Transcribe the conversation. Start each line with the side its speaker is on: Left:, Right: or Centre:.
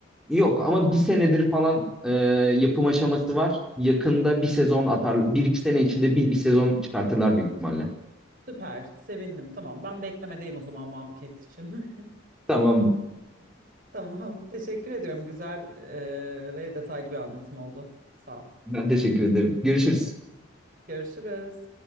Centre: yok ama bir senedir falan e, yapım aşaması var. Yakında bir sezon atar, bir iki sene içinde bir, bir sezon çıkartırlar büyük ihtimalle.
Right: Süper. Sevindim. Tamam. Ben beklemedeyim o zaman One Piece için. <laughs>
Centre: Tamam.
Right: Tamam. Teşekkür ediyorum. Güzel eee, ve detaylı bir anlatım oldu. Sağ ol.
Centre: Ben teşekkür ederim. Görüşürüz.
Right: Görüşürüz.